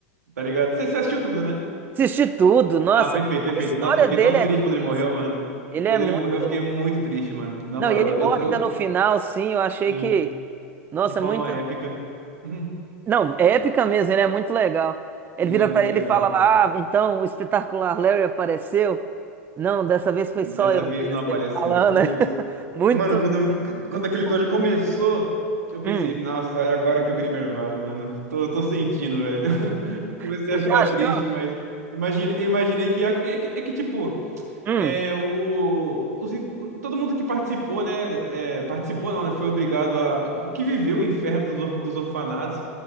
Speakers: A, on the right (about 85°); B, on the right (about 25°).
A: Tá ligado? Você você assistiu tudo, né?
B: Assisti tudo, nossa.
A: Ah, perfeito, perfeito.
B: A história
A: Nossa, eu fiquei
B: dele
A: tão triste
B: é triste.
A: quando ele morreu, mano.
B: Ele
A: Quando
B: é muito.
A: ele morreu, eu fiquei muito triste, mano. Na
B: Não,
A: moral,
B: e ele
A: eu,
B: morre
A: eu, eu-
B: ainda no final, sim. Eu achei
A: sim,
B: que. Nossa,
A: de forma
B: muito.
A: épica. <laughs> Uhum,
B: Não, é épica mesmo, ele é muito legal.
A: Ele
B: Ele vira
A: é muito
B: pra ele
A: legal.
B: e fala lá: Ah, então o espetacular Larry apareceu? Não, dessa vez foi só
A: Dessa
B: eu
A: vez
B: mesmo.
A: não apareceu.
B: Ele falando,
A: Putz.
B: né? <laughs> Muito,
A: Mano, quando,
B: doido,
A: qu-
B: muito
A: quando aquele
B: bom.
A: episódio começou, eu pensei,
B: Hum.
A: nossa, é agora que o Grimmer vai, mano. Tô, tô sentindo, velho. <laughs> Comecei
B: Você
A: a
B: já
A: ficar
B: achou?
A: triste, mas imagine, imaginei que ia. É que, é que, tipo.
B: Hum.
A: É, o, os in- o- todo mundo que participou, né? é, participou não, né? Foi obrigado a. Que viveu o inferno dos, or- dos orfanatos.